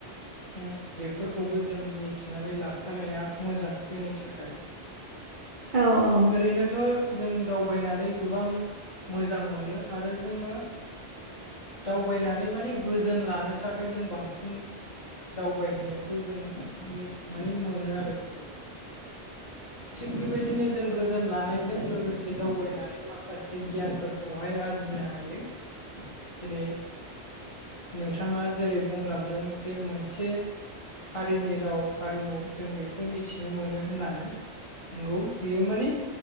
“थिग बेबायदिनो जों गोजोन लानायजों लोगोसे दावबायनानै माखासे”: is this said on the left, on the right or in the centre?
Left